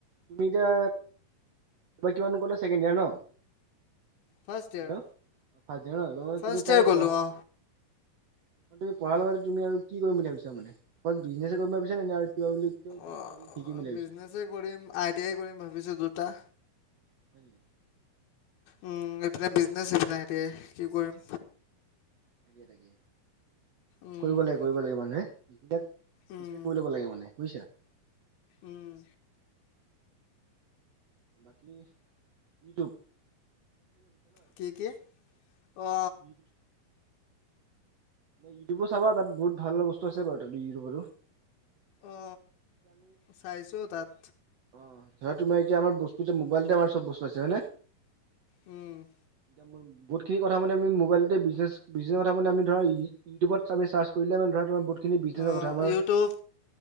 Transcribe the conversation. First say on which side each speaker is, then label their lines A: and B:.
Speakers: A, on the right (about 55°); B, on the left (about 80°).
A: তুমি এতিয়া কিমান ক'লো ছেকেণ্ড ইয়াৰ ন
B: ফাৰ্ষ্ট ইয়াৰ
A: হেল্ল' অ ফাজ মান
B: ফাৰ্ষ্ট
A: তুমি
B: ইয়াৰ
A: তাৰে
B: গ'লো
A: পঢ
B: অ
A: তুমি পঢ়া লগতে তুমি আৰু কি কৰিম বুলি ভাবিছ মানে অকল বিজনেছে কৰিম ভাবিছা নে আৰু কিবা বুলি কিবা বেলেগ
B: অ
A: কিবা কিবি শিকিম বুলি ভাবিছা?
B: বিজনেছে কৰিম আই টি আই কৰিম ভাবিছো দুটা
A: বনে
B: উম এইপিনে বিজনেচ সিপিনে আইতি আই‌ কি কৰিম।
A: তাক তাকে
B: উম
A: কৰিব লাগে কৰিব লাগে মানুহে ক
B: উম
A: এতিয়া কৰি ল'ব লাগে মানে বুজিছা
B: উম
A: বাকী ইউটিউব
B: কি কি অ
A: <unintelligible> নাই ইউটিউবো চাবা তাত বহুত ভাল ভাল বস্তু আছে বাৰ ত ইউটিউবৰ
B: অ চাইছো তাত
A: অ ধৰা তোমাৰ এতিয়া আমাৰ বস্তু এ মোবাইলতে আমাৰ চব বস্তু আছে হয় নে।
B: উম
A: এতি বহুতখিনি কথা মানে আমি মোবাইলতেজছ বিজনেছ কথা মানে আমি ধৰা ই ইউটিবত আমি চাৰ্চ কৰিলে মানে ধৰা তোমাৰ বহুতখিনি বিজনেছৰ
B: অ
A: কথা আমাৰ
B: ইউটিউব